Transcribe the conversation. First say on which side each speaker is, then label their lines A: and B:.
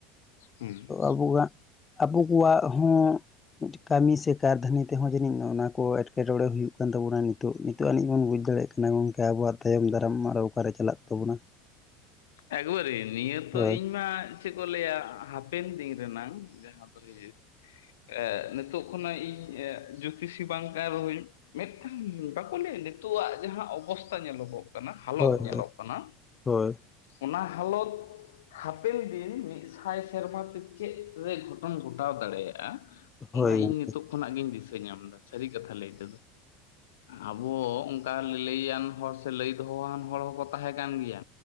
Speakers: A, on the left; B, on the left.
A: ᱦᱩᱸ᱾
B: ᱟᱵᱩ ᱠᱟᱜ ᱟᱵᱚ ᱠᱚᱣᱟᱜ ᱦᱚᱸ ᱢᱤᱫ ᱠᱟᱹᱢᱤ ᱥᱮ ᱠᱟᱨᱫᱷᱟᱹᱱᱤ ᱛᱮᱦᱚᱸ ᱡᱟᱹᱱᱤᱡ ᱱᱚᱜ-ᱚᱱᱟ ᱠᱚ ᱮᱴᱠᱮᱴᱚᱸᱬᱮ ᱦᱩᱭᱩᱜ ᱠᱟᱱ ᱛᱟᱵᱚᱱᱟ᱾ ᱱᱤᱛᱳᱜ, ᱱᱤᱛᱳᱜ ᱟᱹᱱᱤᱡ ᱵᱚᱱ ᱵᱩᱡ ᱫᱟᱲᱮᱜ ᱠᱟᱱᱟ ᱜᱚᱝᱠᱮ ᱟᱵᱚᱣᱟᱜ ᱛᱟᱭᱚᱢ ᱫᱟᱨᱟᱢ ᱟᱨᱚ ᱚᱠᱟ ᱨᱮ ᱪᱟᱞᱟᱜ ᱛᱟᱵᱚᱱᱟ᱾
A: ᱟᱹᱜᱩ ᱟᱫᱤᱧ ᱱᱤᱭᱟᱹ ᱛᱚ
B: ᱦᱳᱭ
A: ᱤᱧ ᱢᱟ ᱪᱮᱫ ᱠᱚ ᱞᱟᱹᱭ-ᱟ ᱦᱟᱯᱮᱱ ᱫᱤᱱ ᱨᱮᱱᱟᱝ ᱡᱟᱦᱟ ᱫᱚ ᱦᱩᱭᱩᱜ ᱮᱜ ᱱᱤᱛᱳᱜ ᱠᱷᱚᱱᱟᱜ ᱤᱧ ᱮᱜ ᱡᱳᱛᱤᱥᱤ ᱵᱟᱝ ᱠᱟᱱ ᱨᱮ ᱦᱚᱸᱧ ᱢᱤᱫᱴᱟᱝ ᱵᱟᱠᱚ ᱞᱟᱹᱭ-ᱟ ᱱᱤᱛᱳᱜ ᱟᱜ ᱡᱟᱦᱟ ᱚᱵᱚᱥᱛᱷᱟ ᱧᱮᱞᱚ ᱜᱚᱜ ᱠᱟᱱᱟ ᱦᱟᱞᱚᱛ
B: ᱦᱳᱭ
A: ᱧᱮᱞᱚᱜ ᱠᱟᱱᱟ᱾
B: ᱦᱳᱭ᱾
A: ᱚᱱᱟ ᱦᱟᱞᱚᱛ ᱦᱟᱯᱮᱱ ᱫᱤᱱ ᱢᱤᱫ ᱥᱟᱭ ᱥᱮᱨᱢᱟ ᱛᱮ ᱪᱮᱫ ᱨᱮ ᱜᱷᱚᱴᱚᱱ ᱜᱷᱚᱴᱟᱣ ᱫᱟᱲᱮᱭᱟᱜ-ᱟ᱾
B: ᱦᱳᱭ
A: ᱚᱱᱟ
B: ᱦᱳᱭ ᱜᱚᱢᱠᱮ
A: ᱤᱧ ᱱᱤᱛᱳᱜ ᱠᱷᱚᱱᱟᱜ ᱜᱤᱧ ᱫᱤᱥᱟᱹ ᱧᱟᱢ ᱫᱟ ᱥᱟᱹᱨᱤ ᱠᱟᱛᱷᱟ ᱞᱟᱹᱭ ᱛᱮᱫᱚ᱾ ᱟᱵᱚ ᱚᱱᱠᱟ ᱞᱟᱹᱭ ᱟᱱ ᱦᱚᱲ ᱥᱮ ᱞᱟᱹᱭ ᱫᱚᱦᱚᱣᱟᱱ ᱦᱚᱲ ᱦᱚᱸ ᱠᱚ ᱛᱟᱦᱮᱸ ᱠᱟᱱ ᱜᱮᱭᱟ᱾